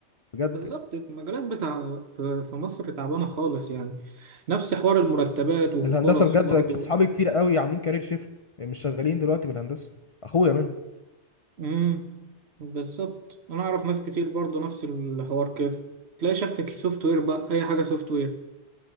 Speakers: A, on the left; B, on the right.
A: بجد
B: بالظبط المجالات بتاع في في مصر تعبانة خالص يعني نفس حوار المرتبات والفرص
A: الهندسه بجد
B: برضو
A: ك- اصحابي كتير قوي عاملين كارير شيفت مش شغالين دلوقتي بالهندسه اخويا منهم
B: امم بالظبط أنا أعرف ناس كتير برضو نفس الحوار كده تلاقي شفت السوفت وير بقى أي حاجة سوفت وير